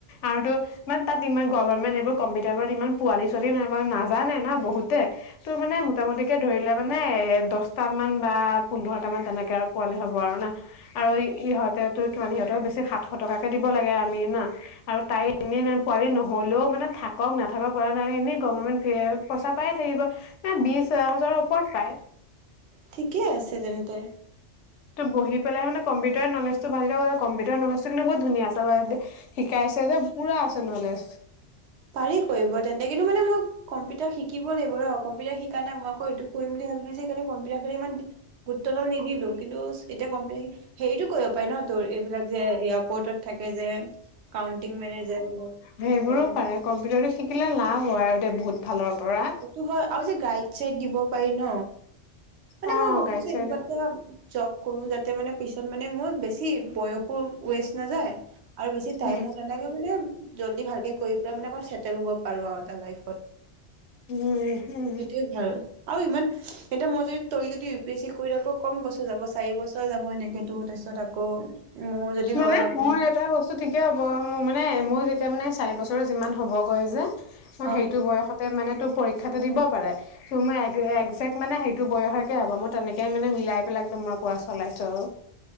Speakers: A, on the left; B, on the right.
A: আৰু তোৰ মানে তাত ইমান গভাৰ্ণমেণ্ট এইবোৰ কম্পিউটাৰবোৰত ইমান পোৱালি ছোৱালী এনেকা নাজানে না বহুতে। তোৰ মানে মোটামুটিকে ধৰিলে মানে এ দছটা মান বা পোন্ধৰটা মান তেনেকে আৰু পোৱালি হ'ব আৰু না। আৰু ইহঁতে তোৰ কিমান ইহঁতৰ বেছি সাতশ টকাকে দিব লাগে আমি না। আৰু তাই এনেই পোৱালি নহ'লেও মানে থাকক নাথাকক পৰা নাই এনেই গভাৰ্ণমেণ্ট ফী আৰু পইচা পায়ে থাকিব, এ বিশ হাজাৰৰ ওপৰত পায়।
B: ঠিকে আছে তেন্তে।
A: তোৰ বহি পেলাই মানে কম্পিউটাৰ নলেজটো ভালকে হলে কম্পিউটাৰ নলেজটো কিন্তু বহুত ধুনীয়া আছে <unintelligible> শিকাইছে যে পোৰা আছে নলেজ।
B: পাৰি কৰিব তেন্তে কিন্তু মানে মই কম্পিউটাৰ শিকিব লাগিব ৰ, কম্পিউটাৰ শি সেইকাৰণে মই আকৌ এইটো কৰিম বুলি ভাবিলো যে সেইকাৰণে কম্পিউটাৰ ফালে ইমান গুৰুত্বদাল নিদিলো কিন্তু এতিয়া কমপ্লিটাৰ হি হেৰিটো কৰিব পাৰি ন তোৰ এইবিলাক যে এয়াৰপৰ্টত থাকে যে। কাউন্টিং মেনেজাৰ বিলাক
A: সেইবোৰো
B: অঁ।
A: পাৰে কম্পিউটাৰটো শিকিলে লাভ হয় আৰু দেই বহুত ফালৰ পৰা।
B: টো হয় আৰু যে গাইড চাইড দিব পাৰি ন, মানে
A: অ
B: মই ভাবিছো
A: গাইড চাইড
B: এনেকুৱা এটা জব কৰো যাতে মানে পিছত মানে মোৰ বেছি বয়সো ৱেষ্ট নাযায় আৰু বেছি টাইমো
A: উম
B: নালাগে মানে জল্দি ভালকে কৰি পেলাই মানে আক চেটেল হ'ব পাৰো আও এটা লাইফত।
A: উম উম
B: সেইটোৱে ভাল, আৰু ইমান এতিয়া মই যদি তই যদি ইউ পি এছ চি কৰি থাক কম বছৰ যাব, চাৰি বছৰ যাব সেনেকে তোৰ তাৰ‌পিছত আকৌ মোৰ যদি
A: মানে
B: লয়া পঢ়ো
A: মই এটা বস্তু ঠিক কি হ'ব মোৰ মানে মোৰ যেতিয়া মানে চাৰি বছৰ যিমান হ'বগৈ যে মই
B: অ
A: সেইটো বয়সত তে মানে তোৰ পৰীক্ষাটো দিব পাৰে। ত মোৰ একজেক্ট মানে সেইটো বয়সকে হ'ব মই তেনেকে মানে মিলাই পেলাই একদম মই পোৰা চলাইছো আৰু।